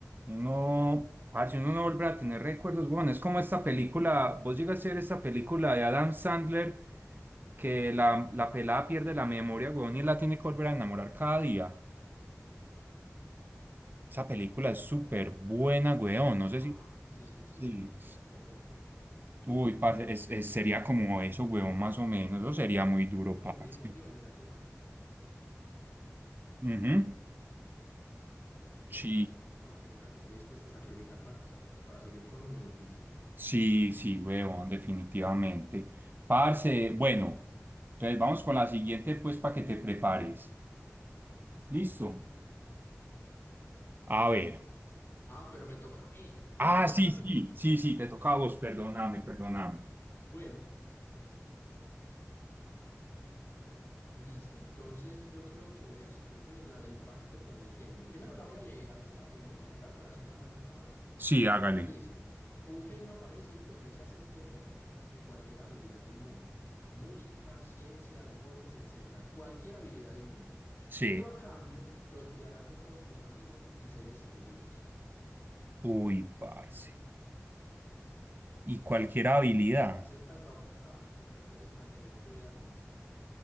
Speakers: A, on the right (about 40°); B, on the left (about 50°).
A: uno, parce, uno no vuelve a tener recuerdos, weón. Es como esta película, vos llegas a ver esta película de Adam Sandler que la, la pelada pierde la memoria, weón, y la tiene que volver a enamorar cada día. Esa película es súper buena, weón. No
B: Ajá,
A: sé si...
B: sí, sí, sí,
A: Sí.
B: me acuerdo ya.
A: Uy, parce, es, es- sería como eso, weón, más o menos. Eso sería muy duro,
B: No,
A: parce.
B: y muy emotiva, y mira que el man,
A: Ujú.
B: total,
A: Sí.
B: y encontrar una persona que esté dispuesta a sacrificar tantas cosas para seguir con uno difícil.
A: Sí, sí, huevón, definitivamente. Parce, bueno, entonces vamos con la siguiente, pues, para que te prepares. ¿Listo? A ver.
B: Ah, pero me toca a mí,
A: Ah,
B: no me toca
A: sí,
B: a
A: sí,
B: mí.
A: sí, sí, te toca a vos, perdóname, perdóname.
B: Bueno, listo, entonces yo creo que voy a escoger la del pacto con el genio. Primero la voy a leer, a ver si la podemos mejorar para hacerla más retadora.
A: Sí, hágale.
B: Dice, un genio aparece y te ofrece hacerte el en cualquier habilidad del mundo, música, ciencia, deportes, etcétera, cualquier habilidad del mundo.
A: Sí.
B: Pero a cambio, te olvidarás de todos tus amigos y seres queridos.
A: Uy, parce. Y cualquier habilidad.
B: ¿Aceptas la oferta o prefieres mantener tu vida como está?